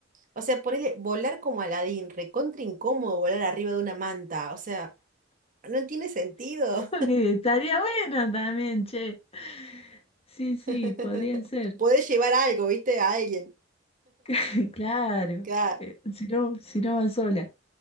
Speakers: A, on the right; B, on the left.
A: O sea, ponele volar como Aladín, recontra incómodo volar arriba de una manta. O sea, no tiene sentido.
B: <laughs> Porque estaría bueno también, che. Sí, sí,
A: <laughs>
B: podría ser.
A: Podés llevar algo, ¿viste? A alguien.
B: <laughs> Claro,
A: Claro,
B: eh, si no, si no va sola.